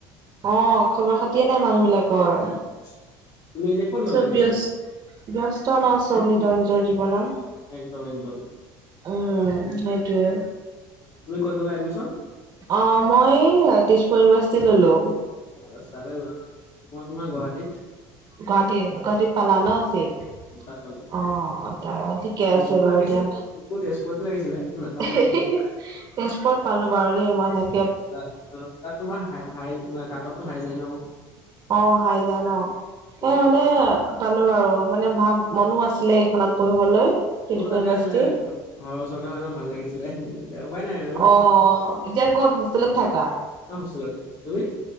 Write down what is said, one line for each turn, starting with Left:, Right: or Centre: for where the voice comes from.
Right: অ খবৰ খাতিয়ে নাই মানুহ বিলাক কৰ,
Left: উম তুমি এনে ক'ত ল'লা
Right: চব
Left: এডমিশ্যন
Right: বিয়চ ব্যস্ত ন চব নিজৰ নিজৰ জীৱনত।
Left: একদম একদম।
Right: অ, সেইটোয়ে।
Left: তুমি ক'ত ল'লা এডমিশ্যন?
Right: অ মই দিছপুৰ ইউনিভাৰ্চিটিত ললোঁ।
Left: অ চাৰে, <unintelligible> মই তোমাৰ গুৱাহাটীত।
Right: গুৱাহাটী গুৱাহাটীত পালা ন চিত,
Left: তাত পালো
Right: অ তা'ৰ থিকে আছে
Left: মোকো
Right: বাৰু
Left: লাগিছিলে
Right: দিয়া।
Left: মোকো তেজপুৰতে লাগিছিলে নাপালো
Right: হে
Left: আৰু কি
Right: হে
Left: কৰিবা
Right: হে, তেজপুৰত পালো বাৰু দে মই লাইক
Left: তাত তাত তোমাৰ হাই হাই কাটপটো হাই যায় ন?
Right: অ হাই জাই ন,
Left: সেইটো সেইকাৰণে
Right: এ মানে পালো আৰু মানে ভা মনো আছিলে এইখনত পঢ়িবলৈ তেজপুৰ
Left: <unintelligible> তাতে
Right: ইউনিভাৰ্চিটি
Left: আছিলে ঘৰৰ ওচৰতে হয় নহ ভাল লাগিছিলে কিন্তু এতিয়া উপায় নাই আৰু
Right: অহ এতিয়া ক'ত হোষ্টেলত থাকা
Left: অ হোষ্টেলতে তুমি